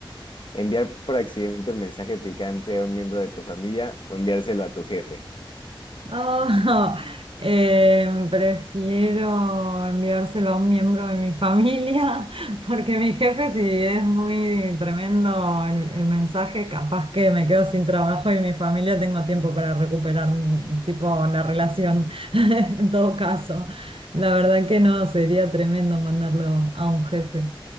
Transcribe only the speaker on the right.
Oh, <laughs> eh, prefiero enviárselo a un miembro de mi familia, <laughs> porque mi jefe, si es muy tremendo el, el mensaje, capaz que me quedo sin trabajo y mi familia tengo tiempo para recuperar, mm, tipo, la relación, <laughs> en todo caso. La verdad que no, sería tremendo mandarlo a un jefe.